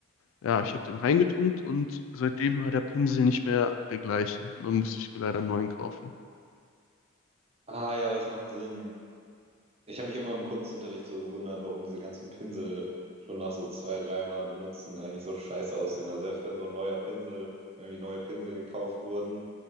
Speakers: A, on the left; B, on the right.
A: Ja, ich habe den reingetunkt und seitdem war der Pinsel nicht mehr der gleiche. Und dann musste ich mir leider einen neuen kaufen.
B: Ah ja, das macht Sinn. Ich habe mich immer im Kunstunterricht so gewundert, warum diese ganzen Pinsel schon nach so zwei, dreimal benutzen eigentlich so scheiße aussehen. Also selbst wenn so ein neuer Pinsel, wenn irgendwie neue Pinsel gekauft wurden,